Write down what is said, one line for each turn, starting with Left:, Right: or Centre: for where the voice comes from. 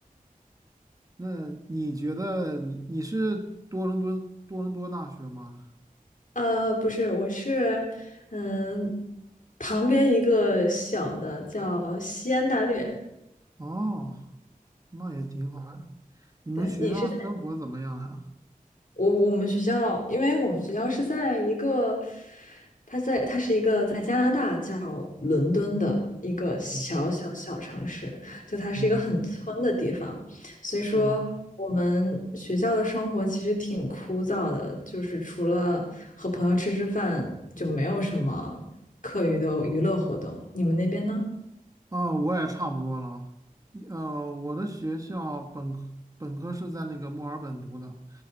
Right: 那你觉得你你是多伦多多伦多大学吗？
Left: 呃，不是，我是，嗯、旁边一个小的叫西安大略。
Right: 哦，那也挺好呀。你们学校生活怎么样呀？
Left: 对，你是在？我我们学校，因为我们学校是在一个，它在它是一个在加拿大叫伦敦的一个小小小城市，
Right: 嗯
Left: 就它是一个很村的地方，
Right: 嗯，
Left: 所以说我们学校的生活其实挺枯燥的，
Right: 是。
Left: 就是除了和朋友吃吃饭，就没有什么课余的娱乐活动。你们那边呢？
Right: 啊，我也差不多了。一呃，我的学校本科本科是在那个墨尔本读的，